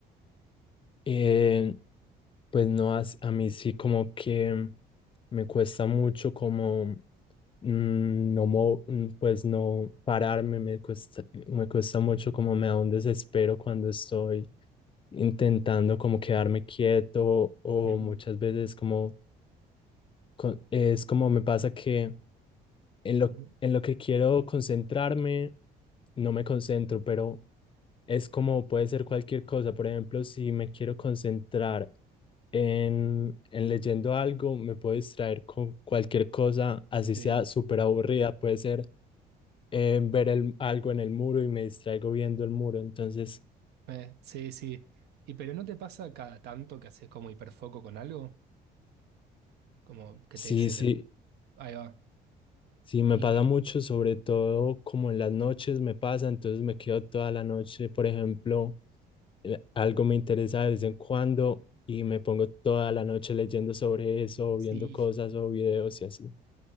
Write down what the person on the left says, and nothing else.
Eh, pues no, as- a mí sí como que me cuesta mucho como mm, no, mo- mm, pues no pararme, me cuesta, me cuesta mucho, como me da un desespero cuando estoy intentando como quedarme quieto o
muchas veces como, con- es como me pasa que en lo,
en lo que quiero concentrarme, no me concentro, pero es como puede ser cualquier cosa. Por ejemplo, si me quiero concentrar en, en leyendo algo, me puedo distraer con cualquier cosa, así
sea súper aburrida, puede ser eh, ver el- algo en el muro y me distraigo viendo el muro. Entonces,
sí,
sí,
sí, me
pasa mucho, sobre todo como en las noches me pasa, entonces me quedo toda la noche, por ejemplo, eh, algo me interesa de vez en cuando y me pongo toda la noche leyendo sobre eso, o
viendo cosas o videos y así.